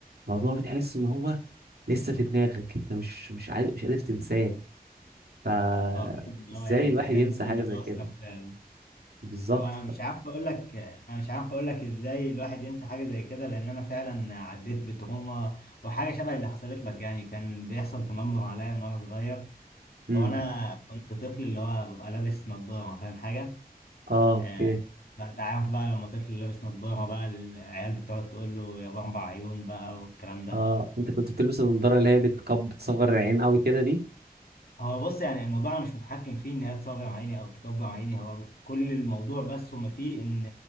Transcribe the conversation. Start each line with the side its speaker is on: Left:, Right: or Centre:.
Right: الموضوع بتحس ان هو لسه في دماغك انت مش مش عاد- مش قادر تنساه ف
Left: اه فعلاً،
Right: ازاي
Left: اه يعني
Right: الواحد
Left: الحاجات
Right: ينسى
Left: دي
Right: حاجه
Left: بتأثر
Right: زي كده
Left: فعلا
Right: بالظبط
Left: هو انا مش عارف اقول لك انا مش عارف اقول لك ازاي الواحد ينسى حاجه زي كده لان انا فعلا عديت بتروما وحاجه شبه اللي حصلت لك يعني كان بيحصل تنمر عليا من وانا صغير
Right: امم
Left: هو انا كنت طفل اللي هو ببقى لابس نظاره فاهم حاجه
Right: اه اوكي
Left: آه، فانت عارف بقى لما طفل لابس نظاره بقى العيال بتقعد تقول له يا اربع عيون بقى والكلام ده
Right: اه انت كنت بتلبس النضاره اللي هي بتكب بتصغر العين قوي كده دي
Left: هو بص يعني الموضوع انا مش متحكم فيه ان هي تصغر عيني او تكبر عيني هو كل الموضوع بس هما فيه ان